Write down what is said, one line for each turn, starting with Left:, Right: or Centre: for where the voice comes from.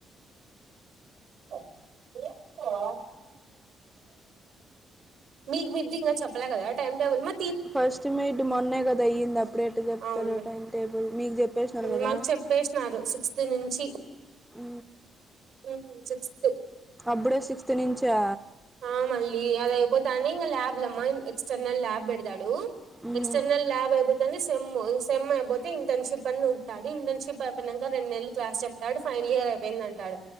Right: <unintelligible> మీకు మీది ఇంకా చెప్పలే కదా టైమ్ టేబుల్ మ
Centre: ఫస్ట్ మీడ్ మొన్నే కదా అయ్యింది. అప్పుడే ఎట్ట చెప్తారు
Right: అవునులే
Centre: టైం టేబుల్ మీకు చెప్పేసినారు కదా
Right: మాకు చెప్పేసినారు శు సిక్స్త్ నుంచి
Centre: హు
Right: హు సిక్స్త్
Centre: అప్పుడే సిక్స్త్ నుంచా
Right: ఆ మళ్ళీ అది అయిపోతానే ఇంకా ల్యాబ్లు అమ్మా. ఎక్స్టర్నల్ ల్యాబ్ పెడతాడు.
Centre: మ్మ్.
Right: ఎక్స్టర్నల్ ల్యాబ్ అయిపోతేనే సెమ్. సెమ్ అయిపోతే ఇంటర్న్‌షిప్ అన్న ఉంటాది. ఇంటర్న్‌షిప్ అయిపోయినాక రెండు నెలలు క్లాస్ చెప్తాడు, ఫైనల్ ఇయర్ అయిపోయింది. అంటాడు